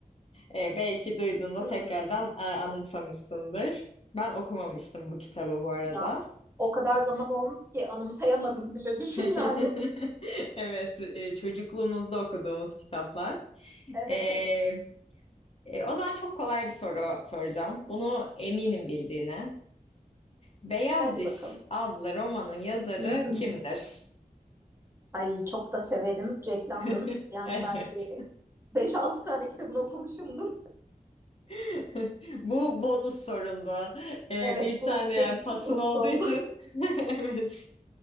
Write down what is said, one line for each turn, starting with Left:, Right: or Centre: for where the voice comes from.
Left: E, belki duyduğunda
Right: Hmm.
Left: tekrardan e, anımsamışsındır. Ben okumamıştım bu kitabı bu arada.
Right: Ya o kadar zaman olmuş ki anımsayamadım bile düşün
Left: <laughs>
Right: yani.
Left: Evet, e, çocukluğumuzda okuduğumuz kitaplar.
Right: Evet
Left: E,
Right: evet.
Left: e, o zaman çok kolay bir soru soracağım. Bunu eminim bildiğine. Beyaz
Right: Hadi
Left: Diş
Right: bakalım.
Left: adlı romanın yazarı
Right: Hmm.
Left: kimdir?
Right: Ay çok da severim Jack London.
Left: <laughs>
Right: Yani
Left: Evet.
Right: belki beş altı tane kitabını okumuşumdur.
Left: <laughs> Bu bonus sorunda. E,
Right: Evet
Left: bir
Right: bu
Left: tane
Right: benim için
Left: pasın
Right: bu
Left: olduğu
Right: oldu.
Left: için. <laughs> Evet.